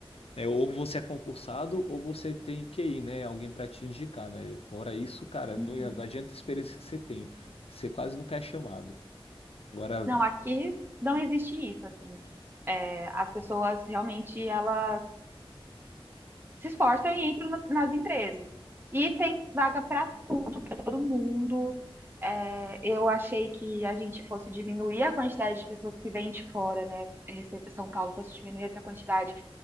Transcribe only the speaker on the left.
né? Ou você é concursado ou você tem QI, né? Alguém para te indicar, né? Fora isso, cara,
não, não adianta a experiência que você tem. Você quase nunca é chamado. Agora,